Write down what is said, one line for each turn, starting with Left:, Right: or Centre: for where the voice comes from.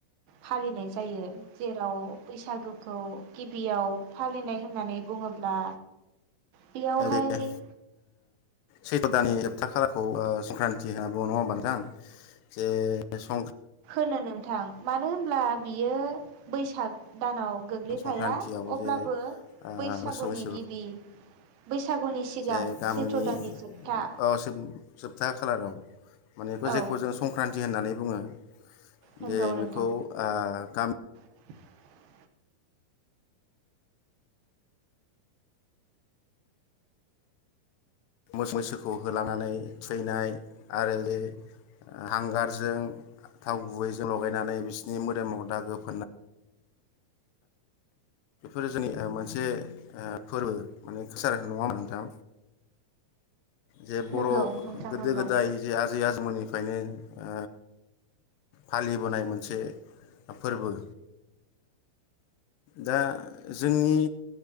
Right: फालिनाय जायो जेराव बैसागुखौ गिबियाव फालिनाय होननानै बुङोब्ला बेयावहाय
Left: जागोन दे सैथ' दानि जोबथा खालारखौ ओ बे संक्रान्ति होनना बुङो नङा होमबा नोंथांं जे सं
Right: होनो नोंथां मानो होनब्ला बियो बैसाग दानाव गोग्लैफाया
Left: संक्रान्तियाव
Right: अब्लाबो
Left: जे ओ
Right: बैसागुनि
Left: मोसौ मैसो
Right: गिबि बैसागुनि सिगां
Left: जे गामिनि
Right: सैथ्र' दाननि जोबथा
Left: ओ जोबथा खालाराव माने
Right: औ
Left: जेखौ जों संक्रान्ति होननानै बुङो
Right: नंगौ
Left: जे बेखौ
Right: नोंथां
Left: ओ गामि
Right: <inaudible>
Left: मैसोखौ होलांनानै थैनाय आरो बे हांगारजों थाव गुबैजों लगायनानै बिसोरनि मोदोमाव दाो फोननाय बेफोरो जोंनि मोनसे फोरबो माने कालचार होननाय नङाम नोंथां जे बर'
Right: नंगौ नोंथां
Left: गोदो
Right: नंगौ
Left: गोदाय जे आजै आजौमोननि बेखायनो फालिबोनाय मोनसे फोरबो दा जोंनि